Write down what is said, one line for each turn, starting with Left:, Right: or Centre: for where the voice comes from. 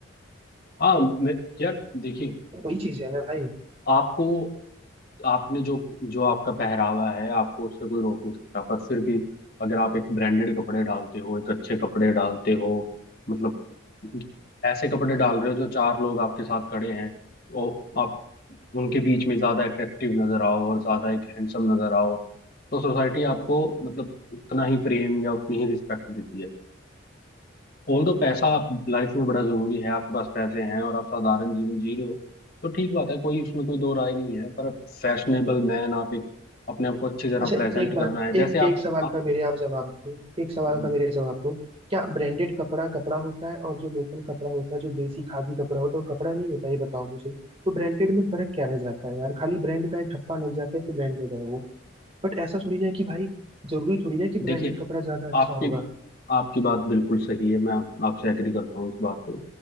Left: हाँ मैं यार देखिए
Right: वही चीज है ना भाई
Left: आपको आपने जो जो आपका पहरावा है आपको उससे कोई रोक नहीं सकता पर फिर भी अगर आप एक ब्रांडेड कपड़े डालते हो एक अच्छे कपड़े डालते हो मतलब ऐसे कपड़े डाल रहे हो जो चार लोग आपके साथ खड़े हैं और आप उनके बीच में ज्यादा अट्रैक्टिव नजर आओ और ज्यादा एक हैंडसम नजर आओ तो सोसाइटी आपको मतलब उतना ही प्रेम या उतनी ही रिस्पेक्ट देती है ऑल दो पैसा आप लाइफ में बड़ा जरूरी है आपके पास पैसे हैं और आप साधारण जीवन जी रहे हो तो ठीक बात है कोई उसमें कोई दो राय नहीं है पर फैशनेबल मैन आप एक अपने आप को अच्छी तरह
Right: अच्छा
Left: प्रेजेंट
Right: एक बात
Left: करना है जैसे
Right: एक
Left: आप,
Right: एक सवाल
Left: आप
Right: का मेरे आप जवाब दो एक सवाल
Left: बोलो।
Right: का मेरे जवाब दो क्या ब्रांडेड कपड़ा कपड़ा होता है और जो लोकल कपड़ा होता है जो देसी खादी कपड़ा होता है वो कपड़ा नहीं होता ये बताओ मुझे तो ब्रांडेड में फर्क क्या रह जाता है यार खाली ब्रांड का एक ठप्पा लग जाता है कि ब्रांडेड है वो बट ऐसा थोड़ी ना है कि भाई जरूरी थोड़ी ना है कि
Left: देखिए
Right: ब्रांडेड कपड़ा ज्यादा अच्छा
Left: आपकी
Right: होगा
Left: आपकी बात बिल्कुल सही है मैं आप, आपसे एग्री करता हूँ इस बात पे